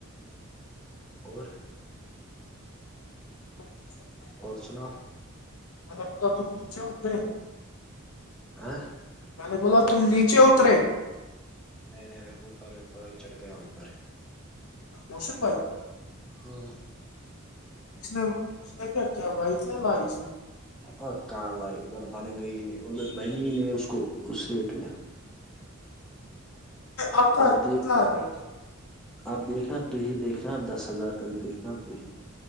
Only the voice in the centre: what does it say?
اور
اور سناؤ
آاں
نہیں نہیں میں اوپر بائی چڑھ گیا اوپر
ہوں
اور کہاں لائی ادھر بن گئی نہیں ادھر بنی ہی نہیں اس کو اس ریٹ میں
اب د
اب دیکھنا تی دیکھنا اب دس ہزار تک دیکھنا تی